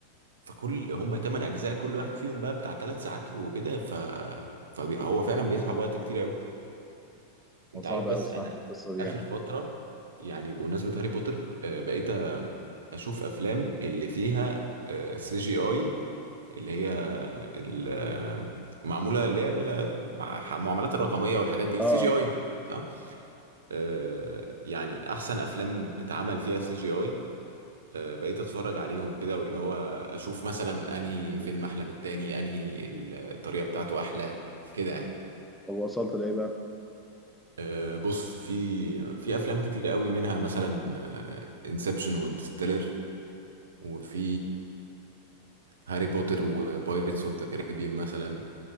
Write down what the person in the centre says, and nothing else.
هو صعب
قوي الصح في القصه دي
يعني
اه
آه.
طب وصلت لايه بقى